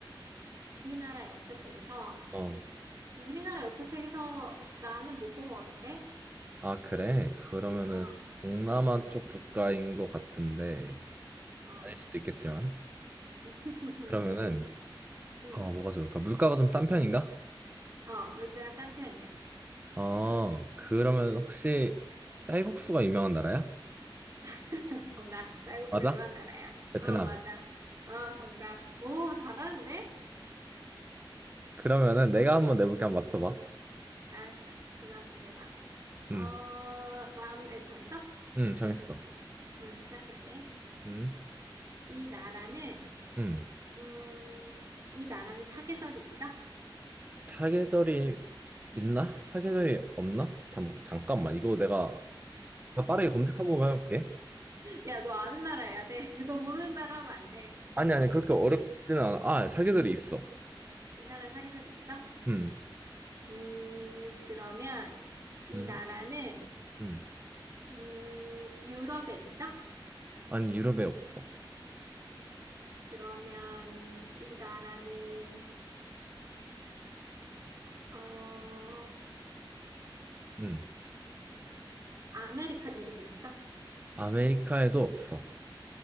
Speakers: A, on the right; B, on the right.
A: 우리나라 역사책에서,
B: 어.
A: 우리나라 역사책에서 나는 못 본 것 같은데?
B: 아, 그래. 그러면은
A: 어,
B: 동남아 쪽 국가인 것 같은데
A: 어.
B: 아닐 수도 있겠지만
A: <laughs>
B: 그러면은
A: 음,
B: 어, 뭐가 좋을까? 물가가 좀 싼 편인가?
A: 어, 물가가 싼 편이야.
B: 어, 그러면 혹시 쌀국수가 유명한 나라야?
A: <laughs> 정답. 쌀국수
B: 맞아?
A: 유명한 나라야.
B: 베트남.
A: 어, 맞아. 어, 정답. 오, 잘하는데?
B: 그러면은 내가 한번 내볼게 한번 맞춰봐.
A: 알았어. 이거 한번 내봐. 어,
B: 응,
A: 마음에 정했어?
B: 응, 정했어.
A: 음, 시작할게.
B: 응,
A: 이 나라는,
B: 응.
A: 음, 이 나라는 사계절이 있어?
B: 사계절이 있나? 사계절이 없나? 잠, 잠깐만. 이거 내가 나 빠르게 검색 한번 해볼게.
A: 야, 너 아는 나라 해야 돼. <laughs> 너 모르는 나라 하면 안 돼.
B: 아니, 아니, 그렇게 어렵지는 않아. 아, 사계절이 있어.
A: 이 나라는 사계절이 있어?
B: 응,
A: 음, 그러면 이
B: 응,
A: 나라는,
B: 응.
A: 음, 유럽에 있어?
B: 아니, 유럽에 없어.
A: 그러면 이 나라는, 어,
B: 응.
A: 아메리카 대륙에 있어?
B: 아메리카에도 없어.